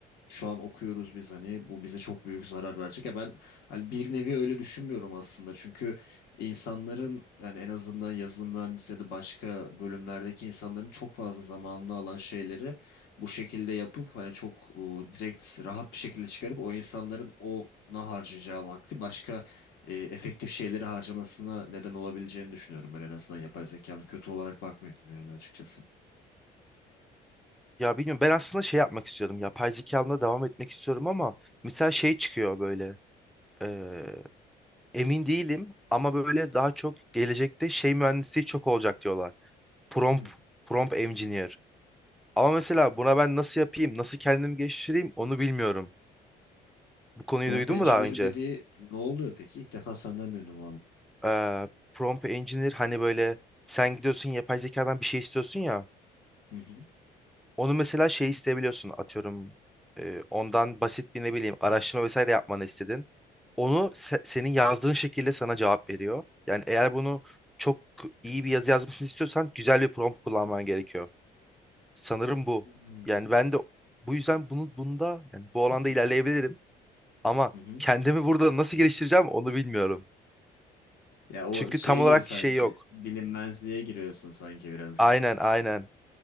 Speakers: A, on the left (about 80°); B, in the centre.
A: şu an okuyoruz biz hani bu bize çok büyük zarar verecek. Ya ben hani bir nevi öyle düşünmüyorum aslında. Çünkü insanların yani en azından yazılım mühendisi ya da başka bölümlerdeki insanların çok fazla zamanını alan şeyleri bu şekilde yapıp hani çok e, direkt rahat bir şekilde çıkarıp o insanların ona harcayacağı vakti başka e, efektif şeyleri harcamasına neden olabileceğini düşünüyorum ben en azından yapay zekanın kötü olarak bakmıyorum yani açıkçası.
B: Ya bilmiyorum ben aslında şey yapmak istiyorum. Yapay zeka alanına devam etmek istiyorum ama mesela şey çıkıyor böyle. eee, emin değilim ama böyle daha çok gelecekte şey mühendisliği çok olacak diyorlar. Prompt,
A: Hmm.
B: prompt engineer. Ama mesela buna ben nasıl yapayım, nasıl kendimi geliştireyim onu bilmiyorum. Bu konuyu
A: Prompt
B: duydun
A: engineer
B: mu daha önce?
A: dediği ne oluyor peki? İlk defa senden duydum
B: Eee prompt engineer hani böyle sen gidiyorsun yapay zekadan bir şey istiyorsun ya.
A: Hı hı.
B: Onu mesela şey isteyebiliyorsun atıyorum e, ondan basit bir ne bileyim araştırma vesaire yapmanı istedin. Onu se- senin yazdığın şekilde sana cevap veriyor. Yani eğer bunu çok iyi bir yazı yazmasını istiyorsan güzel bir prompt kullanman gerekiyor. Sanırım bu.
A: Hmm.
B: Yani ben de bu yüzden bunu bunda yani bu alanda
A: <clears throat>
B: ilerleyebilirim ama
A: Hı hı.
B: kendimi burada nasıl geliştireceğim onu bilmiyorum.
A: Ya o
B: Çünkü
A: şey
B: tam olarak
A: gibi sanki
B: şey yok.
A: bilinmezliğe giriyorsun sanki birazcık.
B: Aynen aynen.